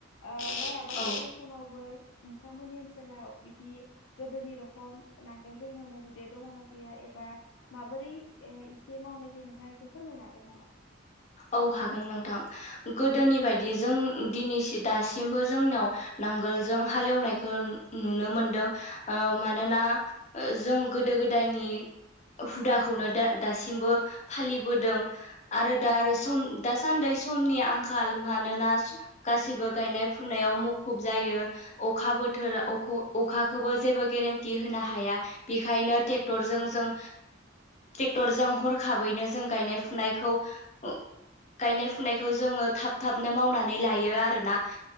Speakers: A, on the left (about 80°); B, on the left (about 35°).
A: ओ माइ आबाद
B: औ
A: मावनाय समावबो नोंथांमोननि ओनसोलाव बिदि गोदोनि रखम नांगोलजों हेवनाय हुदाया दङ नाम गैया एबा माबोरै ए इसे मावनाय जायो नोंथाङा इसे फोरमायनो हागोन नामा
B: औ हागोन नोंथां गोदोनि बायदि
A: औ
B: जों ओ दिनैसि दासिमबो जोंनाव नांगोलजों हालेवनायखो नुनो मोनदों मानोना ओ जों गोदो गोदायनि हुदाखौनो दा दासिमबो फालिबोदों आरो दा आरो सम
A: औ
B: दासान्दै समनि आं खाल मानोना गासिबो गायनाय फुनायाव मुखुब जायो अखा बोथोर अख अ अखाखोबो जेबो गेरेन्टि होनो हाया बिखायनो ट्रेक्टरजों जों ट्रेक्टरजों हरखाबैनो जों गायनाय फुनायखौ ओम गायनाय फुनायखौ जोङो थाब थाबनो मावनानै लायो आरोना